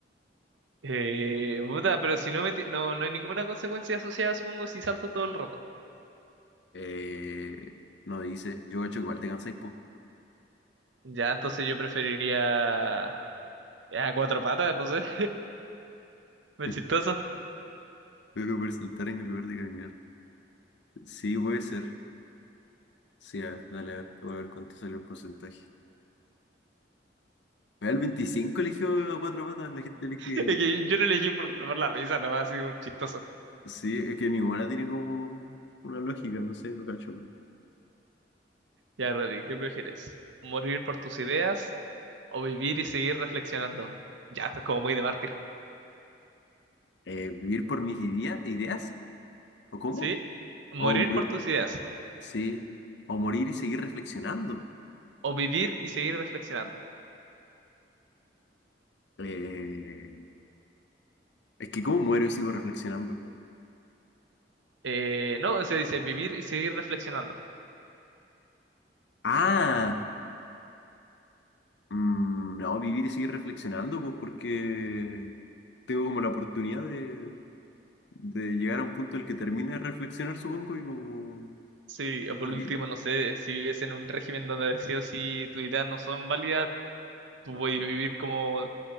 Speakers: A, on the right (about 85°); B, on the left (about 70°).
A: Eh, puta, pero si no, me ti- no, no hay ninguna consecuencia asociada, supongo, si salto todo el rato.
B: Eh, no dice, yo gacho igual te cansáis, po.
A: Ya, entonces yo preferiría... a cuatro patas, no sé. <laughs> me
B: <laughs>
A: chistoso. <laughs>
B: Solo poder saltar en lugar de caminar. Sí, puede ser. Sí, a ver, dale, a ver, voy a ver cuánto sale el porcentaje. Vea, El 25 eligió a cuatro patas, la gente elige.
A: Es que yo lo elegí por, por la risa, nomás, así, un chistoso.
B: Sí, es que ninguna tiene como una lógica, no sé, no cacho.
A: Ya, Rodri, ¿qué prefieres? ¿Morir por tus ideas o vivir y seguir reflexionando? Ya, esto es como muy de mártir.
B: eh, vivir por mis idea- ideas, ¿o cómo?
A: ¿Sí? ¿Morir
B: O, mor-
A: por tus ideas
B: sí, o morir y seguir reflexionando.
A: o vivir y seguir reflexionando?
B: Eh, es que ¿cómo muero y sigo reflexionando?
A: Eh, no, se dice vivir y seguir reflexionando.
B: Ah, mm, no, vivir y seguir reflexionando, pues porque tengo como la oportunidad de, de llegar a un punto en el que termine de reflexionar, supongo, y como
A: Sí, o por
B: estar
A: último,
B: bien.
A: no sé, si vives en un régimen donde sí o sí tus ideas no son válidas, tú puedes vivir como